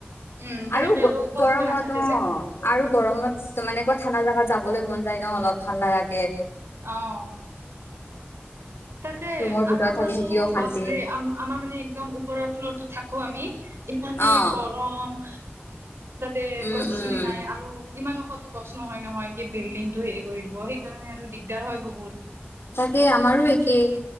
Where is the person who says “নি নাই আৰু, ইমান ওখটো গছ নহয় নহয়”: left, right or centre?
Right